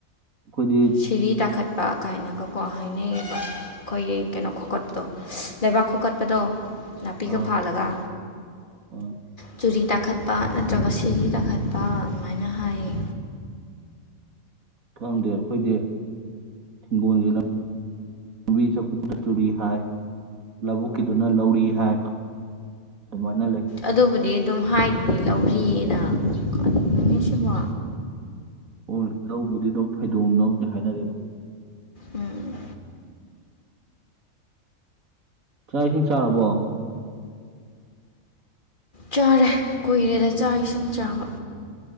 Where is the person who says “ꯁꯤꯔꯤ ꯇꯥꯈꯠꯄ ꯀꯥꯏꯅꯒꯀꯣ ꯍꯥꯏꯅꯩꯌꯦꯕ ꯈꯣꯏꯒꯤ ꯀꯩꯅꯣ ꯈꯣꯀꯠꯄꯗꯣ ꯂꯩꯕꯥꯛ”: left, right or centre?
Left